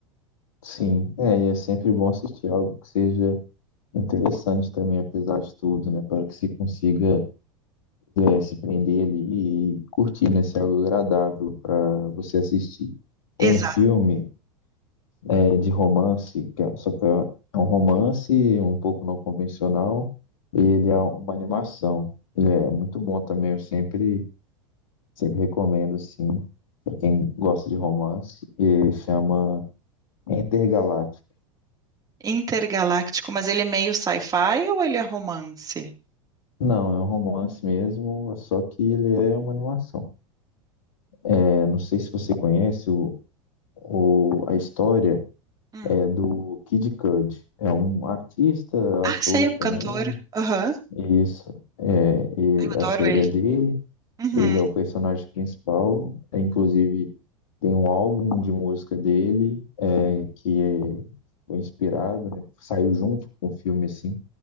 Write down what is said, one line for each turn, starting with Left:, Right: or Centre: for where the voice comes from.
Left: Sim, é, e é sempre bom assistir algo que seja interessante também, apesar de tudo, né? Para que se consiga é, se prender ali e curtir, né? Ser algo agradável para você assistir.
Right: <laughs>
Left: Tem
Right: Exato.
Left: um filme é, de romance, que é- só que é é um romance um pouco não convencional e ele é uma animação. Ele é muito bom também, eu sempre, sempre recomendo, assim, para quem gosta de romance. e chama Intergaláctico.
Right: Intergaláctico, mas ele é meio sci-fi ou ele é romance?
Left: Não, é um romance mesmo, só que ele é uma animação. É, não sei se você conhece o, o- a história
Right: Hum.
Left: é do Kid Cudi. É um artista,
Right: Ah,
Left: ator
Right: sei, um
Left: também.
Right: cantor. Aham,
Left: Isso. É, e
Right: Eu adoro
Left: a série
Right: ele.
Left: é dele.
Right: Uhum,
Left: Ele é o personagem principal, é, inclusive tem um álbum de música dele é, que é- foi inspirado, né? Saiu junto com o filme, assim.